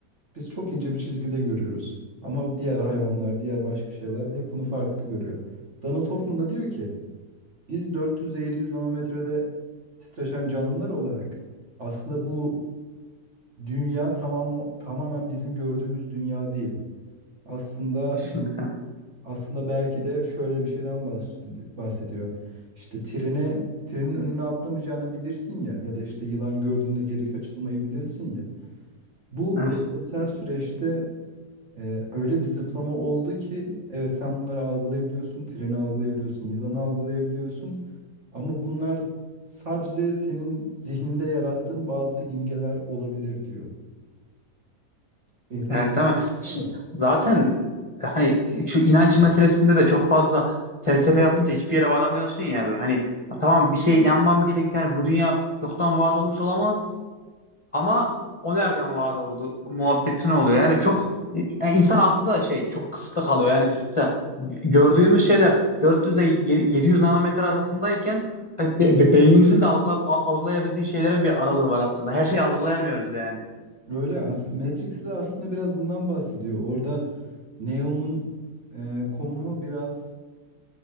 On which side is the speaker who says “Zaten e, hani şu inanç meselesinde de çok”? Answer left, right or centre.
Left